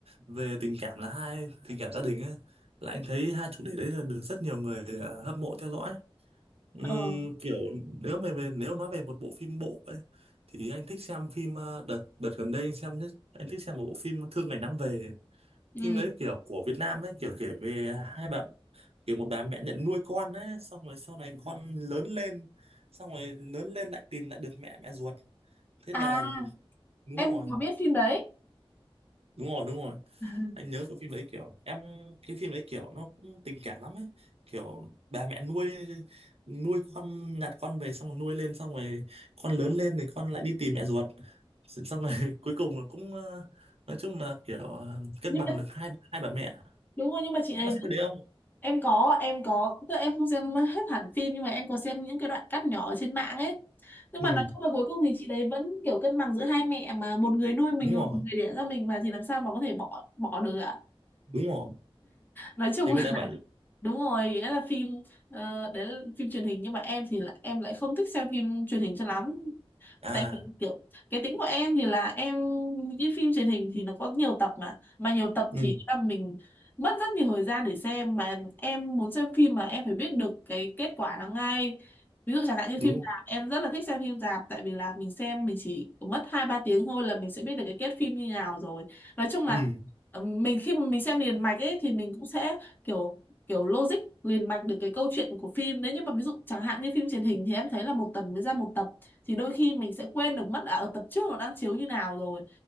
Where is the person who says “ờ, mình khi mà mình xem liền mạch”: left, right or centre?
Left